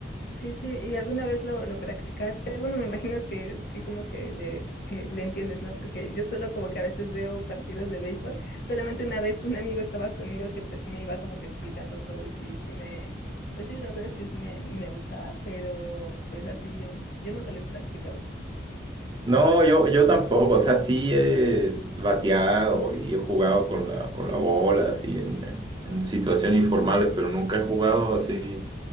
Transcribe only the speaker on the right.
No, yo, yo tampoco, o sea, sí he bateado y he jugado con la, con la bola, así, en, en, en situaciones informales, pero nunca he jugado así